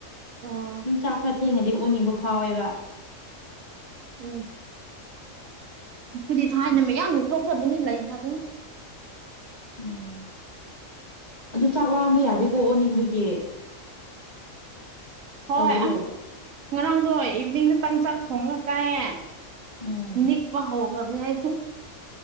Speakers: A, on the right; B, on the left.
A: ꯑꯣ
B: ꯑꯗꯨꯨꯝ ꯆꯥꯛ ꯈꯔ ꯊꯦꯡꯉꯗꯤ ꯑꯣꯅꯤꯡꯕ ꯐꯥꯎꯋꯦꯕ
A: ꯎꯝ ꯑꯩꯈꯣꯏꯗꯤ ꯊꯥꯏꯅ
B: ꯑꯁ
A: ꯃꯌꯥꯝꯃꯨꯛ ꯊꯣꯛꯈ꯭ꯔꯕꯅꯤ ꯂꯩꯈ꯭ꯔꯕ ꯅꯤ
B: ꯎꯝ ꯑꯗꯨ ꯆꯥꯛ ꯂꯥꯝꯕ ꯌꯥꯗꯦꯀꯣ ꯑꯣꯅꯤꯡꯕꯒꯤ
A: ꯍꯣꯏ
B: ꯇꯧꯗ꯭ꯔꯣ
A: ꯑ ꯉꯔꯥꯡꯗꯣ ꯏꯚꯅꯤꯡꯗ ꯇ ꯆꯥꯛ ꯊꯣꯡꯉꯥꯒ ꯆꯥꯏꯌꯦ
B: ꯎꯝ
A: ꯅꯤꯛꯄ ꯍꯧꯈ꯭ꯔꯕ ꯃꯅꯤ ꯍꯥꯏꯏꯁꯦ